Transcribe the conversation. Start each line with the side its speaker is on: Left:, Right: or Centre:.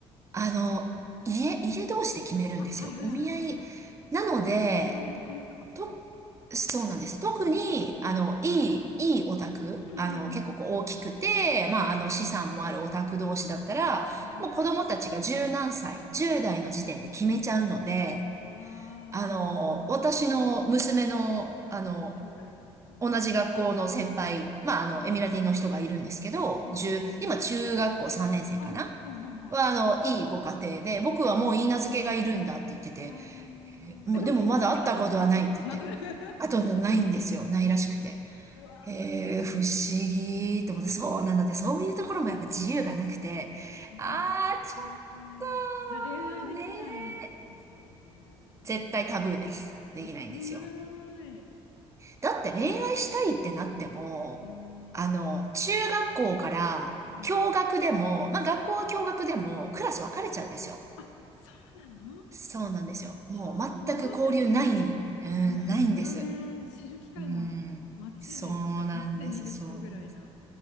Right: あの、家、家同士で決めるんですよ。
Left: あ、はいはいはいはいはい。
Right: お見合い。なので、
Left: それまでお金、お金とかそういう
Right: と、そうなんです。特に、
Left: ステータスで。
Right: あの、
Left: うん。
Right: いい、いいオタク、
Left: うんうんうんうん
Right: あの、結構こう大きくて、まあ、
Left: うん
Right: あの、資産もあるオタク同士だったら、
Left: うんうんうん
Right: もう子供たちが十何歳、10代の時点で決めちゃうので、
Left: うん。わあ、
Right: あの、
Left: うん
Right: 私の娘の、あの、
Left: 将来の向こ
Right: 同じ学校の先輩、まあ、
Left: う。
Right: あの、
Left: うん
Right: エミラティの人がいるんですけど、
Left: あ、はははは。
Right: 1今中学校3年生かなは、
Left: あ、はいはいは
Right: あの、いいご家庭で、僕はもういいなずけがいるんだって言ってて、
Left: い。わ
Right: もう、
Left: あ。え、でも、
Right: でもまだ会ったことはないって言って。
Left: いいなずけ会ったことあるなんとな <laughs>
Right: あとないんですよ。ないらしくて。
Left: うわあ、
Right: へえ、
Left: なん。
Right: 不思議って思って、そうなので、そういうところもやっぱ自由がなくて、
Left: うんそうで
Right: あー、ちょ
Left: すね。
Right: っ
Left: じゃあ恋愛できないですもん
Right: とね、絶対タブーです。
Left: ね。
Right: できないんですよ。
Left: 切ない。う
Right: だって恋愛したいってなっても、
Left: ーん。
Right: あの、
Left: うん。
Right: 中学校から、
Left: うん
Right: 共学でも、まあ学校は共学でも、クラス分かれちゃうんですよ。
Left: あ、そうなの
Right: そうなんですよ。もう全く交流ない、
Left: はあ、交わっちゃいけないんだ。
Right: うん、
Left: あ、なるほどね。
Right: ないんです。
Left: 知る機会もない。
Right: うん、
Left: 街でしか、
Right: そうなんです、
Left: 街で見る人ぐらいな。
Right: そうなんです。